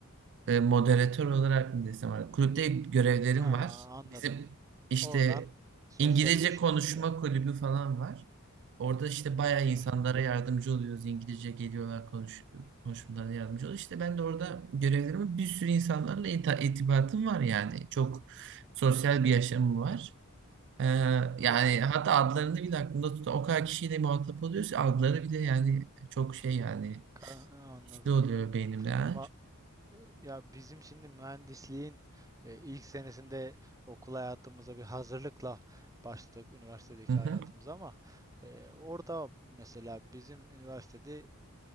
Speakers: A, on the right; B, on the right.
A: e, moderatör olarak mı desem artık, kulüpte görevlerim
B: Ha
A: var.
B: anladım.
A: Bizim işte
B: Oradan sosyalleşiyorsun
A: İngilizce konuşma
B: tabii.
A: kulübü falan var. Orada işte bayağı insanlara
B: Aha.
A: yardımcı oluyoruz. İngilizce geliyorlar konuş, konuşmalarına yardımcı oluyoruz. İşte ben de orada görevlerimi bir sürü insanlarla ita- irtibatım var yani. Çok sosyal bir yaşamım var. Ee,
B: E, Tabii
A: yani
B: canım.
A: hatta adlarını bile aklımda tutan o kadar kişiyle muhatap oluyoruz ki adları bile yani çok şey yani
B: Ka- Anladım.
A: hızlı oluyor beynimde. ha.
B: Va- Ya bizim şimdi mühendisliğin e, ilk senesinde okul hayatımıza bir hazırlıkla başladık üniversitedeki
A: Hı hı
B: hayatımıza ama e, orada mesela bizim üniversitede